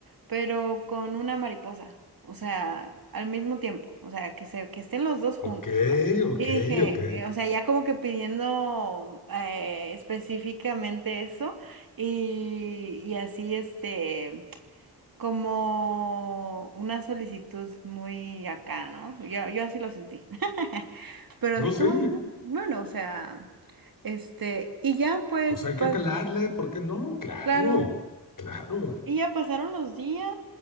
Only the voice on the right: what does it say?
pero con una mariposa, o sea, al mismo tiempo, o sea, que se, que estén los dos juntos,
¿no?
Y dije,
eh, o sea, ya como que pidiendo eh, específicamente eso y, y así, este, como una solicitud muy acá, ¿no? Yo, yo así lo sentí. <laughs> Pero dije,
bueno, bueno, o sea, este, y ya pues,
pa-
claro.
Y ya pasaron los días